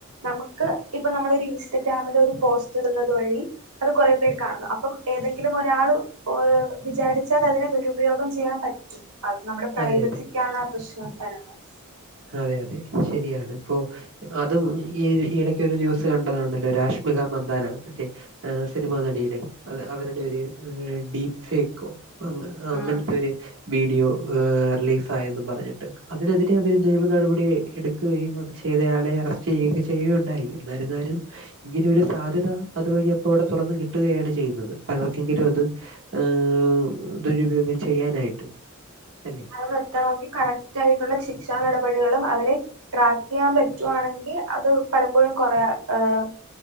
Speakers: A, on the right; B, on the right.
A: നമുക്ക് ഇപ്പൊ നമ്മളൊരു ഇൻസ്റ്റഗ്രാമില് ഒരു പോസ്റ്റ് ഇടുന്നത് വഴി അത് കൊറെ പേര് കാണുന്നു അപ്പം ഏതെങ്കിലും ഒരാള് പ്പോയ് വിചാരിച്ചാൽ അതിനെ ദുരുപയോഗം ചെയ്യാൻ പറ്റും അത് നമ്മുടെ പ്രൈവസിക്കാണ്
B: അതെ അതെ
A: ആ പ്രശ്നം വരുന്നത്‌
B: അതെ അതെ ശരിയാണ് ഇപ്പോ അതും ഈ ഇടക്കൊരു ന്യൂസ് കണ്ടതാണല്ലോ രാഷ്മിക മന്ദാര മറ്റേ ഏഹ് സിനിമാ നടിയുടെ അതെ അവരുടെ ഒര് ഏഹ് ഡീപ് ഫേക്കോ അൻ ആഹ് അങ്ങനത്തെ
A: ഉം
B: ഒരു വീഡിയോ ഏഹ് റിലീസ് ത എന്നും പറഞ്ഞിട്ട് അതിനെതിരെ അവര് നിയമ നടപടി എടുക്കുകയും അത് ചെയ്തയാളെ അറസ്റ്റ് ചെയ്യുകക്കെ ചെയ്യുകയുണ്ടായി എന്നായിരുന്നാലും ഇങ്ങനെ ഒരു സാധ്യത അത് വഴി അപ്പോ അവിടെ തുറന്ന് കിട്ടുകയാണ് ചെയ്യുന്നത് പലർക്കെങ്കിലും അത് ഏഹ് ദുരുപയോഗം ചെയ്യാനായിട്ട് അല്ലെ
A: അത് നിർത്തണമെങ്കിൽ കറക്റ്റ് ആയിട്ടുള്ള ശിക്ഷാ നടപടികളും അവരെ ട്രാക്കെയാൻ പറ്റുവാണെങ്കി അത് പലപ്പോഴും കൊറേ ഏഹ്